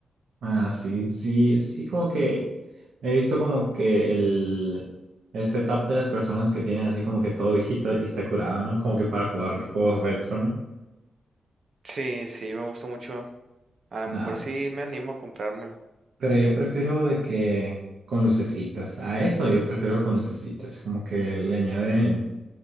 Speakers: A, on the right; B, on the right.
A: Ah, sí, sí, sí, como que he visto como que el, el setup de las personas que tienen así como que todo viejito y está curado, ¿no? Como que para jugar juegos retro, ¿no?
B: Sí, sí, me gusta mucho. A lo
A: Nah,
B: mejor sí me animo a comprármelo.
A: pero yo prefiero de que con lucecitas. A eso yo prefiero con lucecitas. Como que le añaden,